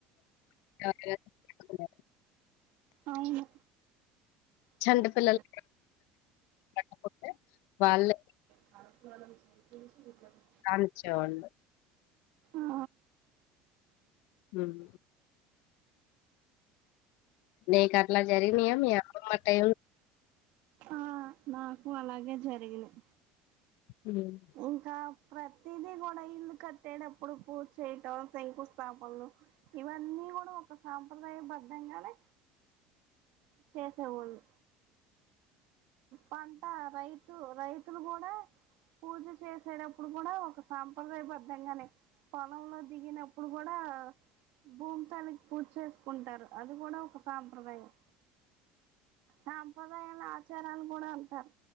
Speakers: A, on the left (about 70°); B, on the right (about 60°).
A: తర్వాత
B: అవును
A: చంటి
B: <unintelligible>
A: పిల్లలు పట్టుకుంటే వాళ్ళే
B: తలస్నానం చేపించి ఇంట్లోకి
A: రానిచ్చేవాళ్ళు
B: ఆ
A: ఉమ్మ్ నీకు అట్లా జరిగినాయా మీ అమ్మమ్మ టైం
B: ఆ నాకు అలాగే జరిగినాయి
A: ఉమ్మ్
B: ఇంకా ప్రతిదీ కూడా ఇల్లు కొట్టేటప్పుడు పూజ చేయటం శంకు స్థాపన్లు ఇవన్నీ కూడా ఒక సాంప్రదాయ బద్ధంగానే చేసేవొళ్లు పంట రై తు రైతులు కూడా పూజ చేసేటప్పుడు కూడా ఒక సాంప్రదాయ బద్ధంగానే పొలంలో దిగినప్పుడు కూడా భూమి తల్లికి పూజ చేసుకుంటారు అది కూడా ఒక సాంప్రదాయం సాంప్రదాయాలన్ని అ చార అని కూడా ఉంటారు